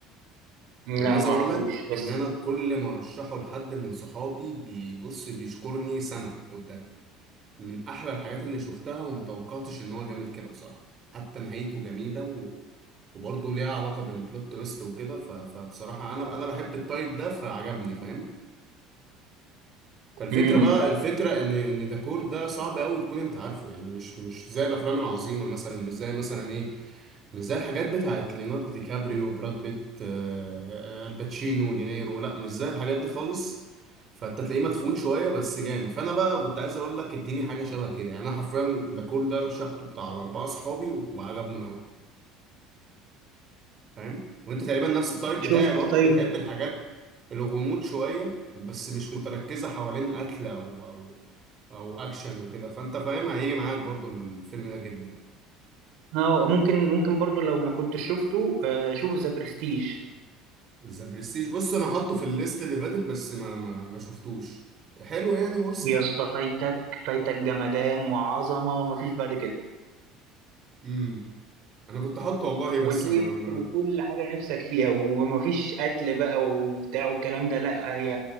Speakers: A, on the right; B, on the right.
A: لا
B: انا عايز
A: ما
B: اقول
A: اعرفوش
B: لك
A: بس
B: ان انا كل ما ارشحه لحد من صحابي بيبص بيشكرني سنة قدام من احلى الحاجات اللي شفتها ومتوقعتش ان هو جامد كده بصراحه حتى نهايته جميله و... وبرضه ليها علاقه بالبلوت تويست وكده ف... فبصراحه انا انا بحب التايب ده فعجبني فاهم فالفكره
A: امم
B: بقى الفكره ان ان ذا كول ده صعب قوي تكون انت عارفه يعني مش مش زي الافلام العظيمه مثلا مش زي مثلا ايه مش زي الحاجات بتاعت ليوناردو دي كابريو براد بيت آه، آه، الباتشينو دينيرو لا مش زي الحاجات دي خالص فانت تلاقيه مدفون شويه بس جامد فانا بقى كنت عايز اقول لك اديني حاجه شبه كده يعني انا حرفيا ده كل ده رشحته بتاع الاربعه اصحابي و- وعجبهم قوي فاهم وانت تقريبا نفس التايب
A: شفت
B: بتاعي برضو
A: طيب
B: بتحب الحاجات الغموض شويه بس مش متركزه حوالين قتل او او او اكشن وكده فانت فاهم هيجي معاك برضو الفيلم ده جدا
A: اه ممكن ممكن برضو لو ما كنتش شفته آه، شوف ذا برستيج
B: ذا برستيج بص انا حاطه في الليست اللي فاتت بس ما ما ما شفتوش حلو يعني ورثت
A: يا اسطى فايتك فايتك جمدان وعظمه ومفيش بعد كده
B: امم انا كنت حاطه والله
A: وتويست
B: بس ما ما
A: وكل حاجة نفسك فيها ومفيش قتل بقى وبتاع والكلام ده لا هي